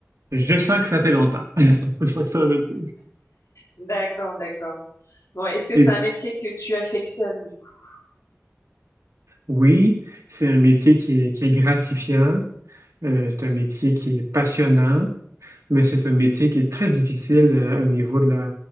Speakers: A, on the right (about 80°); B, on the left (about 80°).
A: je sens que ça fait longtemps. <laughs> Je sens que ça veut dire.
B: D'accord, d'accord. Bon, est-ce que
A: Et
B: c'est un métier que tu affectionnes, du coup?
A: oui, c'est un métier qui est, qui est gratifiant, euh, c'est un métier qui est passionnant, mais c'est un métier qui est très difficile euh, au niveau de la,